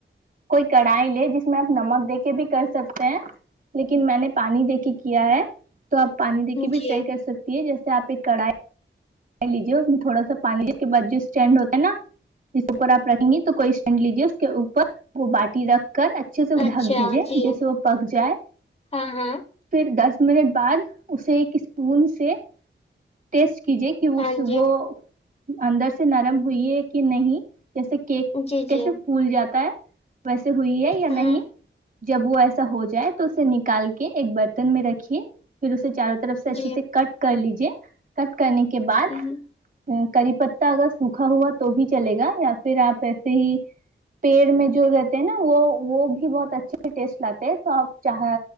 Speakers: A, on the right; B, on the left.
A: کوئی کڑھائی لے جس میں آپ نمک دے کے بھی کر سکتے ہیں لیکن میں نے پانی دے کے کیا ہے تو آپ پانی دے کے بھی
B: جی
A: ٹرائی کر سکتی ہے جیسے آپ ایک کڑھائی لیجے اس میں تھوڑا سا پانی جس کے بعد جو اسٹینڈ ہوتا ہے نا جس اوپر رکھیں گے تو کوئی اسٹنڈ لیجیے اس کے اوپر باٹی رکھ کر اچھے سے ڈھک
B: اچھا
A: دیجیے
B: جی
A: جیسے وہ پک جائے
B: ہاں ہاں
A: پھر دس منٹ بعد اسے ایک اسپون سے ٹیسٹ کیجیے کی اس
B: ہاں جی
A: وہ اندر سے نرم ہوئی ہے کی نہیں جیسے کیک
B: جی
A: کیسے
B: جی
A: پھول جاتا ہے ویسے ہوئی ہے یا نہیں
B: ہاں
A: جب وہ ایس سا ہو جائے تو اسے نکال کے ایک برتن میں رکھیے پھر اسے چاروں طرف سے اچھے
B: جی
A: سے کٹ کر لیجیے کٹ کرنے کے
B: ہ
A: بعد کری پتتہ اگر سوکھا ہوا تو بھی چلے گا یا پھر آپ ایسے ہی پیڑ میں جو رہتے ہیں نا وہ وہ بھی بہت اچھے ٹیسٹ لاتے ہیں تو آپ چاہے